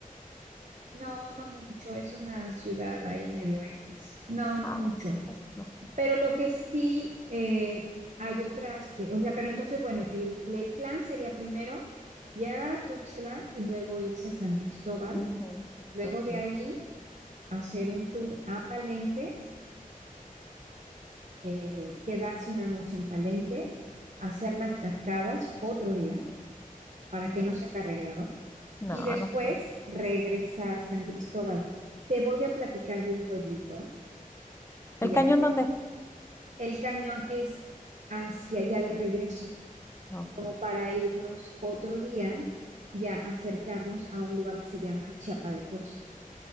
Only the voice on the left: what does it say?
Ah,
bueno, entonces no.
Ujú,
ok,
ujú.
No,
no quiero.
¿El
cañón
dónde?
Ok.